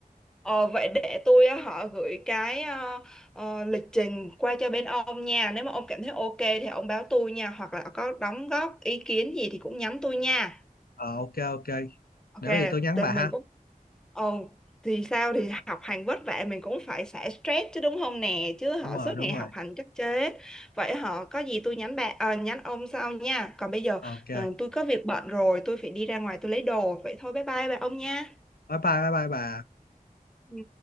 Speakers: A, in the centre; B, on the left.
A: Ờ, vậy để tôi á, họ gửi cái ờ, ờ, lịch trình qua cho bên ông nha. Nếu mà ông cảm thấy ok thì ông báo tôi nha. Hoặc là có đóng góp ý kiến gì thì cũng nhắn tôi nha.
B: ờ ok ok
A: Ok,
B: để có gì tôi nhắn
A: thì
B: bà
A: mình
B: ha
A: cũng... Ồ, thì sao thì học hành vất vả mình cũng phải xả stress chứ đúng không nè. Chứ
B: đúng
A: họ
B: rồi
A: suốt
B: đúng
A: ngày
B: rồi
A: học hành chắc chế. Vậy họ có gì tôi nhắn bạn, ờ, nhắn ông sau nha. Còn bây giờ
B: Ờ, ok
A: ờ, tôi có việc bận rồi, tôi phải đi ra ngoài tôi lấy đồ. Vậy thôi bye bye bạn ông nha.
B: bye bye bye bye bà
A: Ừ.